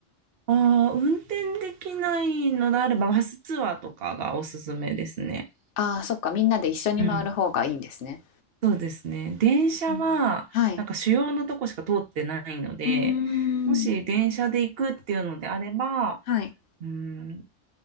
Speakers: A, on the right; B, on the left.
A: ああ、運転できないのであれば、バスツアーとかがおすすめですね。
B: ああ、そっか、みんなで一緒に回る方がいいんですね。
A: うんそうですね。電車は、
B: うん。はい。
A: なんか主要のとこしか通ってないので、
B: うーん。
A: もし電車で行くっていうのであれば、
B: はい。
A: うん、